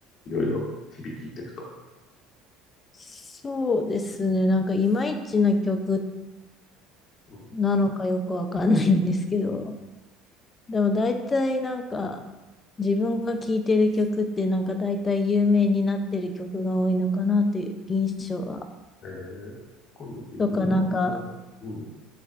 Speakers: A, on the left; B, on the left.
A: いろいろ日々聞いていくと。
B: す。そうですね、なんかいまいちな曲
A: うん。
B: なのかよくわかんないんですけど、でも大体なんか自分が聴いてる曲ってなんか大体有名になってる曲が多いのかなっていう印象は、
A: えー、今度聞いてみよう。
B: とかなんか
A: なんか、うん。